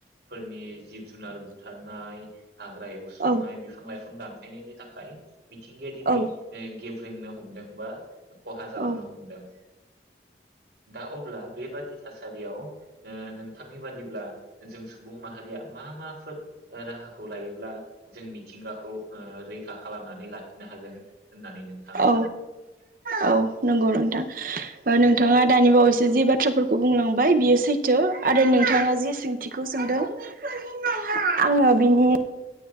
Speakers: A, on the right; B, on the right.
A: फोरनि जिब जुनार बुथारनाय हाग्रा एवस्रांनाय
B: औ
A: बिफां लाइफां दानफायनायनि थाखाय मिथिंगाया दिनै
B: औ
A: ओ गेब्रेंनो हमदों बा खहा जालांनो
B: औ
A: हमदों, दा अब्ला बेबादि थासारियाव ओ नोंथांनि बादिब्ला जों सुबुं माहारिया मा माफोर राहाखौ लायोब्ला जों मिथिंगाखौ ओ रैखा खालामनानै लाखिनो हागोन होननानै नोंथाङा
B: औ
A: सानो?
B: औ नोंगौ नोंथां। ओ नोंथाङा दानि बावैसो
A: औ
B: जि बाथ्राफोरखौ बुंलां बाय सैथो आरो नोंथाङा जि थिखौ सोंदों
A: औ
B: <unintelligible> आङो बिनि
A: औ